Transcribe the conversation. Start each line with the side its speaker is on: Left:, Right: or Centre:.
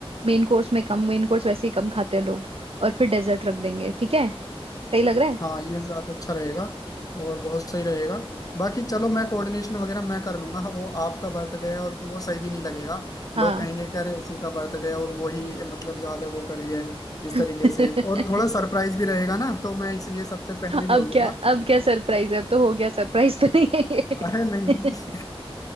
Right: मेन कोर्स में कम मेन कोर्स वैसे ही कम खाते हैं लोग और फिर डेजर्ट रख देंगे ठीक है सही लग रहा है
Left: हाँ ये ज्यादा अच्छा रहेगा और बहुत सही रहेगा बाकी चलो मैं कोऑर्डिनेशन वगैरह मैं कर लूंगा हाँ, वो आपका बर्थडे है और फिर वो सही भी नहीं लगेगा
Right: हाँ
Left: लोग कहेंगे कि अरे उसी का बर्थडे है और वो ही मतलब ज्यादा वो कर रही है इस तरीके
Right: <laughs>
Left: से और थोड़ा सरप्राइज भी रहेगा ना तो मैं इसलिए सबसे पहले ही
Right: अब
Left: बोल दूंगा
Right: क्या अब क्या सरप्राइज है अब तो हो गया सरप्राइज तो नहीं है ये
Left: अरे नहीं
Right: <laughs>